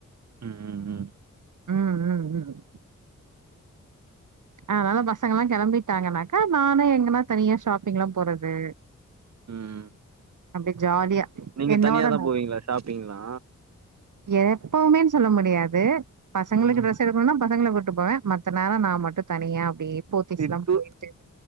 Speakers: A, on the right; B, on the right.
A: ம் ம் ம்
B: ம் ம் ம் அதனால பசங்கலாம் கெளம்பிட்டாங்கனாக்கா நானு எங்கன்னா தனியா ஷாப்பிங்லாம் போறது
A: ம்
B: அப்டி ஜாலியா
A: நீங்க
B: என்னோட
A: தனியாதா
B: நான்
A: போவீங்களா ஷாப்பிங்லா
B: எப்பவுமேன்னு சொல்ல முடியாது பசங்களுக்கு
A: ம்
B: டெரஸ் எடு போனும்னா பசங்கள கூப்ட்டு போவேன் மத்த நேரம் நான் மட்டும் தனியா அப்டியே போத்திஸ்லாம்
A: இ டூ
B: போயிட்டு